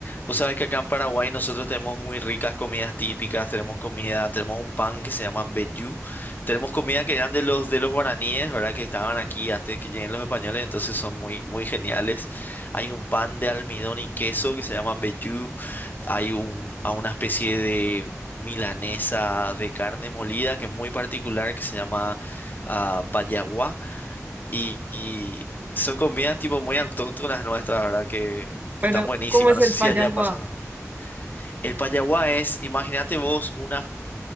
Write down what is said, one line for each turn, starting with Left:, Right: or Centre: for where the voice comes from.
Left: Vos sabés que acá en Paraguay nosotros tenemos muy ricas comidas típicas, tenemos comida, tenemos un pan que se llama mbejú, tenemos comida que eran de los de los guaraníes, ¿verdad? Que estaban aquí antes que lleguen los españoles, entonces son muy muy geniales. Hay un pan de almidón y queso que se llama mbejú, hay un a una especie de milanesa de carne molida que es muy particular que se llama ah, payaguá y, y son comidas tipo muy autóctonas nuestras, ¿verdad? Que que
Right: Pero,
Left: están buenísimas.
Right: ¿cómo es
Left: No
Right: el
Left: sé si
Right: payaguá?
Left: allá pasa. El payaguá es, imagínate vos, una,